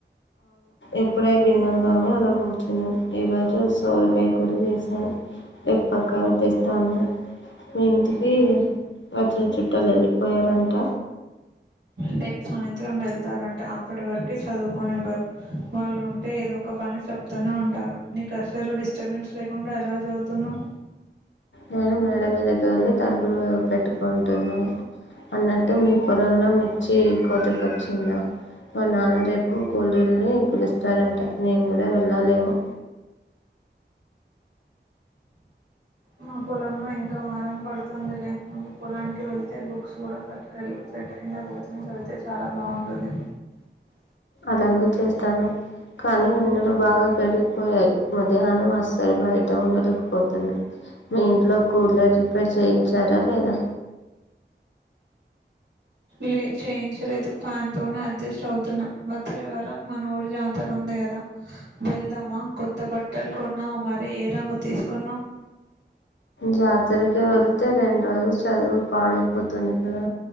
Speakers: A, on the left (about 80°); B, on the right (about 70°).
A: ఎప్పుడే గిన్నెలు తోమి అలా కూర్చున్నాను ఈరోజు సోరికాయ కూర చేసాను ఏ పక్కగా తెస్తాను మీ ఇంటికి వచ్చిన చుట్టాలు వెళ్ళిపోయారంట
B: రేపు సాయంత్రం వెళ్తారంట అప్పటి వరకు చదువుకని ఇవ్వరు వాళ్ళు ఉంటే ఏదో ఒక పని చెప్తూనే ఉంటారు నీ అసలు డిస్టర్బెన్స్ లేకుండా ఎలా చదువుతున్నావు
A: నేను మేడ మీదకి వెళ్ళి తలుపులు పెట్టుకుంటున్నాను అన్నట్టు మీ పొలంలో మిర్చి కోతకొచ్చిందా మా నాన్న రేపు కోలీల్ని పిలుస్తారంట నేను కూడా వెళ్ళలేమో
B: మా పొలంలో ఇంకా వారం పడుతుంది లే నువ్వు పొలానికి వెళ్తే బుక్స్ కూడా పట్టుకెళ్ళు చెట్టు కింద కూర్చొని చదివితే చాలా బాగుంటుంది
A: అలాగే చేస్తాను కానీ ఎండలు బాగా పెరిగిపోయాయి మధ్యాహ్నం అస్సలు బయట ఉండలేక పోతున్నా మీ ఇంట్లో కూలర్ రిపేర్ చేయించారా లేదా
B: లే చేయించలేదు ఫ్యాన్ తోనే అడ్జస్ట్ అవుతున్నాం వచ్చే వారం మా నూరు జాతర ఉంది కదా వెళ్దామా కొత్త బట్టలు కొన్నావు మరి ఏ రంగు తీసుకున్నావు
A: జాతరకి వెళ్తే రెండు రోజులు చదువు పాడైపోతుంది కదా